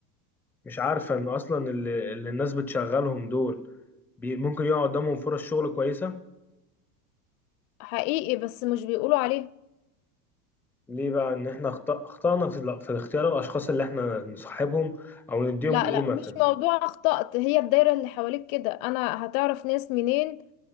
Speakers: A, in the centre; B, on the left.
A: مش عارفه ان اصلا اللي, اللي الناس بتشغلهم دول بي- ممكن يقع قدامهم فرص شغل كويسه
B: حقيقي بس مش بيقولوا عليهم
A: ليه بقى ان احنا اخط- اخطأنا في, ال- في اختيار الاشخاص اللي احنا نصاحبهم او نديهم
B: لا
A: قيمه
B: لا مش
A: في ال...
B: موضوع اخطأت هي الدايره اللي حواليك كده انا هتعرف ناس منين